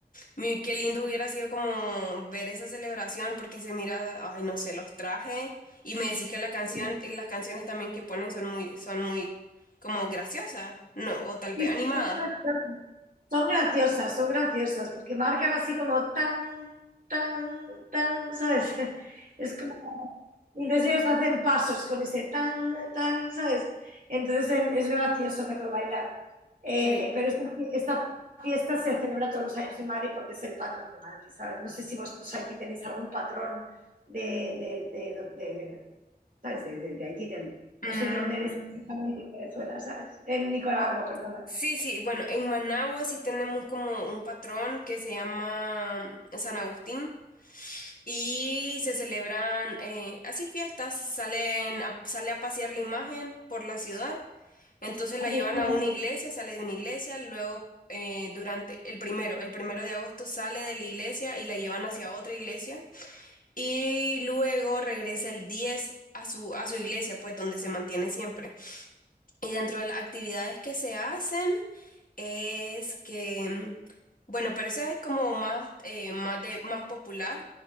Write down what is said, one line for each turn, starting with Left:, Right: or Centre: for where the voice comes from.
Left: Mi- Qué lindo hubiera sido como ver esa celebración porque se mira, ay, no sé, los trajes y me decís que la canción
Right: <laughs>
Left: y las canciones también que ponen son muy, son muy como graciosas, no, o tal vez
Right: Sí, sí,
Left: animadas.
Right: son graciosas, son graciosas, son graciosas, porque marcan así como tan, tan, tan, ¿sabes? <laughs> Es como, y entonces ellos hacen pasos con ese tan, tan, ¿sabes? Entonces em, es gracioso verlo bailar. Eh,
Left: Que,
Right: pero esta, fie- esta fiesta se celebra todos los años en Madrid porque es el patrón de Madrid, ¿sabes? No sé si vosotros aquí tenéis algún patrón de, de, de, de- de- ¿sabes? De, de- de allí, del,
Left: mm,
Right: no sé de dónde eres exactamente en Venezuela, ¿sabes? En Nicaragua, perdona.
Left: sí, sí, bueno, en Managua sí tenemos como un patrón que se llama San Agustín y se celebran eh, así fiestas, salen a- sale a pasear la imagen por la ciudad. Entonces la
Right: Ah,
Left: llevan
Right: qué chulo,
Left: a una iglesia, sale de una iglesia, luego eh, durante el primero, el primero de agosto sale de la iglesia y la llevan hacia otra iglesia y luego regresa el 10 a su, a su iglesia, pues donde se mantiene siempre. Y dentro de las actividades que se hacen es que, bueno, pero esa es como más, eh, más, de, más popular,